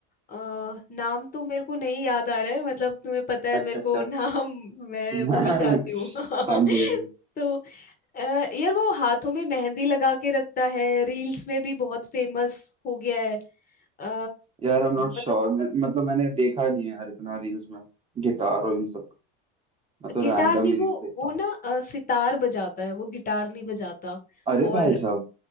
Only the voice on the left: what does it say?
अ, नाम तो मेरे को नहीं याद आ रहा है मतलब तुम्हें पता है
मेरे
को नाम <laughs> मैं
भूल जाती हूँ <laughs>
तो अ, यार वो हाथों में मेहंदी लगा के रखता है रील्स में भी बहुत फेमस हो गया है आ,
मतलब
गिटार
नहीं
वो
वो
ना अ, सितार बजाता है वो गिटार नहीं बजाता
और